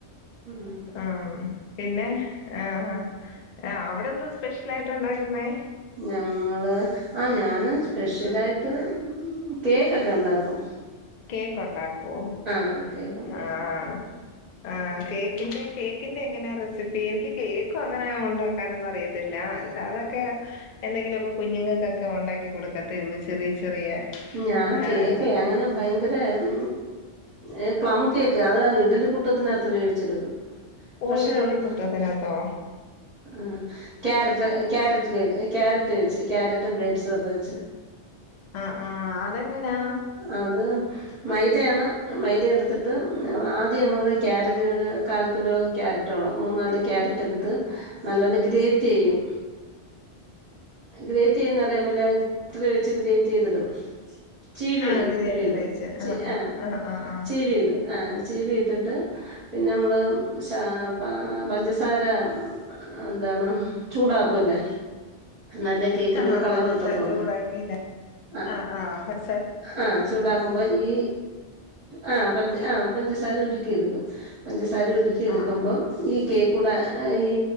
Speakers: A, on the right; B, on the left.
A: ഉം
B: ആം പിന്നെ ആഹ് ആഹ് അവിടെ എന്തോ സ്പെഷ്യലായിട്ട് ഉണ്ടാക്കുന്നേ
A: ഞങ്ങള് ആഹ് ഞാന് സ്പെഷ്യലായിട്ട് കേക്കൊക്കെ ഉണ്ടാക്കും
B: കേക്ക് ഉണ്ടാക്കുവോ
A: ആ കേക്ക് ഉണ്ടാക്കും
B: ആഹ് ആഹ് കേക്കിന്റെ കേക്കിന്റെ എങ്ങനെയാ റെസിപ്പി എനിക്ക് കേക്കും അങ്ങനെയ ഉണ്ടാക്കാനൊന്നും അറിയ അറിയത്തില്ല അല്ലാതൊക്കെ എന്തെങ്കിലും ഒക്കെ കുഞ്ഞുങ്ങൾക്ക് ഒക്കെ ഉണ്ടാക്കി കൊടുക്കത്തേയുള്ളൂ ചെറിയ ചെറിയ.
A: ഞാൻ
B: ആ
A: കേക്ക്
B: ഇതൊക്കെ
A: അങ്ങനെ ഭയങ്കര. ഇത് ഈ പ്ലം കേക്ക് അത് ഇഡലിക്കുട്ടത്തിന് അകത്ത് വേവിച്ചെടുക്കും.
B: ഓ
A: പക്ഷെ
B: ഇഡലിക്കുട്ടത്തിന്
A: ഉണ്ട്
B: അകത്തോ?
A: ആഹ് ക്യാരറ്റ് ക്യാരറ്റ് കേ ക്യാരറ്റ് വെച്ച് ക്യാരറ്റും ഡേഡ്സ് ഒക്കെ വെച്ചു.
B: ഉം ഉം അത് എങ്ങനെ.
A: അത് മൈദയാണ് മൈദ എടുത്തിട്ട് ആദ്യം നമ്മൾ ക്യാരറ്റ് ഒരു കാൽ കിലോ. ക്യാരറ്റോളം മൂന്നാല് ക്യാരറ്റ് എടുത്ത് നല്ല പോലെ ഗ്രേറ്റ് ചെയ്യും. ഗ്രേറ്റ് ചെയ്യന്നറിയാമേലെ ഗിറ്ററി വെച്ച് ഗ്രേറ്റ് ചെയ്തു ഇടും. ചീവീ
B: ആഹ്
A: ഇടും
B: ഗ്രൈൻഡർ
A: ചീവീ ഇടും
B: വെച്ച്
A: ചീ ആഹ്
B: ആഹ് ആഹ്
A: ചീവീ ഇടും. ആഹ് ചീവി ഇട്ടിട്ട് പിന്നെ നമ്മള് ഷാ പ പഞ്ചസാര. ആഹ് എന്താണ് ചൂടാക്കുല്ലേ നല്ലത്. കേക്കിനൊരു
B: ആഹ്
A: കളറ്
B: പഞ്ചസാര
A: കിട്ടത്തോള്ളൂ
B: ചൂടാക്കില്ലേ
A: ആഹ്.
B: ആഹ് പഞ്ച
A: ആഹ് ചൂടാക്കുമ്പോ ഈ. ആഹ് പഞ്ച ആഹ് പഞ്ചസാര ഉരുക്കി എടുക്കും പഞ്ചസാര ഉരുക്കി. ഉരുക്കി എടുക്കുമ്പം
B: ആഹ് ആഹ്
A: ഈ കേക്ക്. കൂടെ ഈ